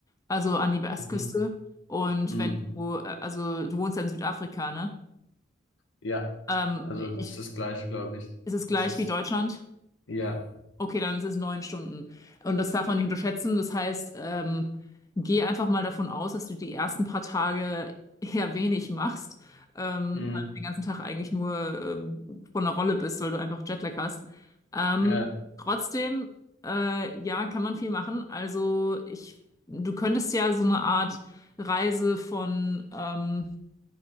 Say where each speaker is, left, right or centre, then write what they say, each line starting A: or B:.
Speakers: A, on the left; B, on the left.
A: also an die Westküste.
B: Mhm.
A: Und
B: Mhm.
A: wenn du, äh, also du wohnst ja in Südafrika, ne?
B: Ja,
A: Ähm,
B: also das
A: ich,
B: ist gleich, glaube ich.
A: ist es
B: Das
A: gleich
B: ist,
A: wie Deutschland?
B: ja.
A: Okay, dann ist es neun Stunden. Und das darf man nicht unterschätzen. Das heißt, ähm, geh einfach mal davon aus, dass du die ersten paar Tage eher wenig machst, ähm,
B: Mhm.
A: weil du den ganzen Tag eigentlich nur ähm, von der Rolle bist, weil du einfach Jetlag hast. Ähm,
B: Ja.
A: trotzdem, äh, ja, kann man viel machen. Also ich, du könntest ja so eine Art Reise von ähm,